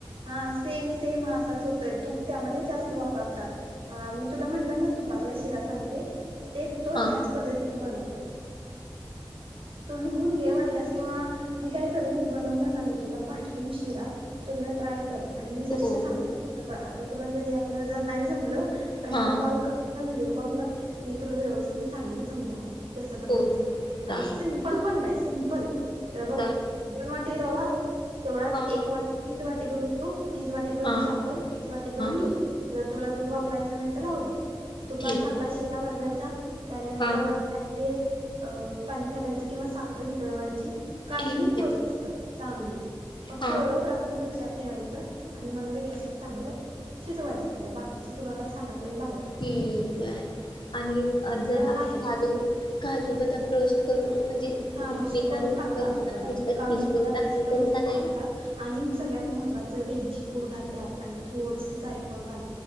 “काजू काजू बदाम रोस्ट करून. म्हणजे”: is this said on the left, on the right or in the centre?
Left